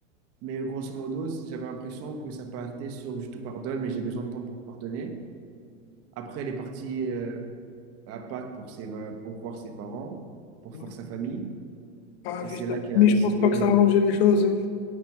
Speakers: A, on the right; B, on the left.
A: Mais grosso modo, c'est- j'avais l'impression que ça partait sur je te pardonne, mais j'ai besoin de temps pour te pardonner. Après, elle est partie euh, à Pâques pour, ses, pour voir ses parents, pour voir
B: Ouais.
A: sa famille.
B: Ah,
A: Et
B: vu
A: c'est
B: ça.
A: là qu'elle
B: Mais
A: a décidé.
B: je pense pas que
A: elle
B: ça a arrangé
A: m'a
B: les choses. hein.